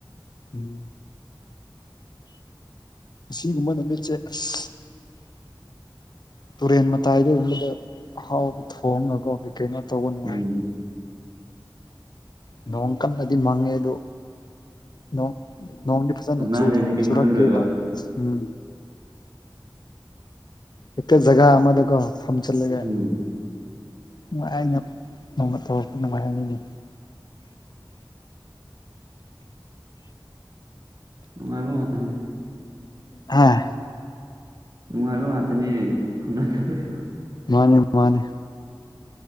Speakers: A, on the left; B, on the right.
A: ꯎꯝ ꯁꯤꯒꯨꯝꯕ ꯅꯨꯃꯤꯠꯁꯦ ꯑꯁ ꯇꯨꯔꯦꯟ ꯃꯇꯥꯏꯗ ꯌꯕꯗ ꯍꯥꯎꯕ ꯊꯣꯡꯉꯒ ꯀꯣ ꯀꯩꯅꯣ ꯇꯧꯕ ꯅꯨꯡꯉꯥꯏ
B: ꯎꯝ
A: ꯅꯣꯡ ꯀꯟꯅꯗꯤ ꯃꯪꯉꯦ ꯑꯗꯨꯗꯣ ꯅꯣꯡ ꯅꯣꯡꯗꯤ ꯐꯖꯅ
B: ꯑꯗꯨꯃꯥꯏꯅ
A: ꯆꯨꯗꯦ
B: ꯂꯩꯔꯗꯤ ꯀꯩꯝ
A: ꯆꯨꯔꯛꯇ꯭ꯦꯕ
B: ꯈꯜꯂꯣꯏꯕ
A: ꯎꯝ ꯑꯦꯇ ꯒꯥ ꯑꯃꯗꯀꯣ ꯐꯝ ꯆꯠꯂꯒ
B: ꯎꯝ
A: ꯅꯨꯡ ꯑꯩꯅ ꯅꯣꯡꯃ ꯇꯧꯔꯛꯄ ꯅꯨꯡꯉꯥꯏ ꯍꯥꯏꯅꯤꯅꯦ
B: ꯅꯨꯡꯉꯥꯏꯕ ꯉꯥꯇꯅꯤꯗ
A: ꯍꯥꯥ
B: ꯅꯨꯡꯉꯥꯏꯕ ꯉꯥꯛꯇꯅꯤ ꯐꯪꯅꯗꯕꯁꯨ
A: ꯃꯥꯅꯦ ꯃꯥꯅꯦ